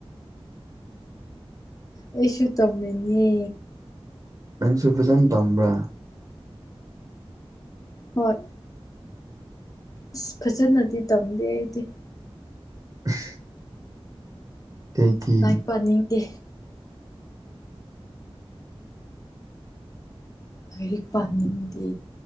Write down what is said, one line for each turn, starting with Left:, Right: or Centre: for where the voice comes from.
Left: ꯑꯦꯁꯨ ꯇꯝꯃꯦꯃꯤꯅꯤ
Right: ꯅꯪꯁꯨ ꯐꯖꯅ ꯇꯝꯕ꯭ꯔꯥ
Left: ꯍꯣꯏ ꯑꯁ ꯐꯖꯅꯗꯤ ꯇꯝꯗꯦ ꯑꯩꯗꯤ
Right: <unintelligible> ꯀꯩꯒꯤ
Left: ꯂꯥꯛꯄꯅꯤꯡꯗꯦ ꯂꯥꯏꯔꯤꯛ ꯄꯥꯅꯤꯡꯗꯦ